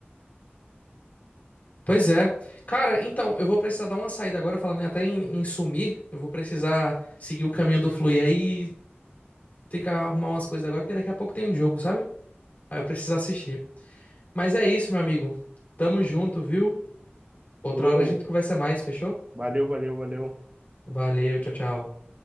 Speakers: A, on the left; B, on the right.
A: Pois é. Cara, então, eu vou precisar dar uma saída agora, falando até em, em sumir. Eu vou precisar seguir o caminho do Fluir aí. Tem que arrumar umas coisas agora, porque daqui a pouco tem um jogo, sabe? Aí eu preciso assistir. Mas é isso, meu amigo. Tamo junto, viu? Outra
B: Bro,
A: hora a gente conversa mais, fechou?
B: valeu, valeu, valeu.
A: Valeu, tchau, tchau.